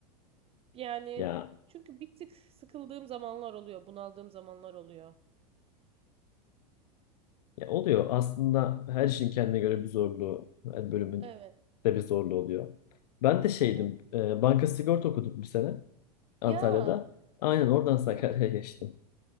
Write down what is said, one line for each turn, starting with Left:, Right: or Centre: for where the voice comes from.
Right: Yani
Left: Ya,
Right: çünkü bir tık sıkıldığım zamanlar oluyor, bunaldığım zamanlar oluyor.
Left: ya oluyor. Aslında her şeyin kendine göre bir zorluğu, her bölümün
Right: Evet.
Left: de bir zorluğu oluyor. Ben de şeydim,
Right: Hı hı.
Left: e, banka sigorta okuduk bir sene Antalya'da.
Right: Ya.
Left: Aynen oradan Sakarya'ya
Right: Hı hı.
Left: <laughs> geçtim.